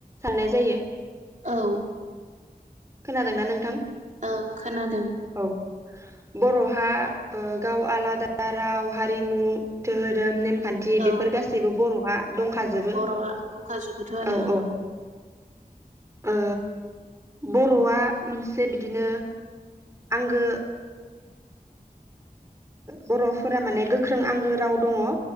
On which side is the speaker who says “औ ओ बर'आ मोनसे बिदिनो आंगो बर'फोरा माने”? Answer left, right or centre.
Right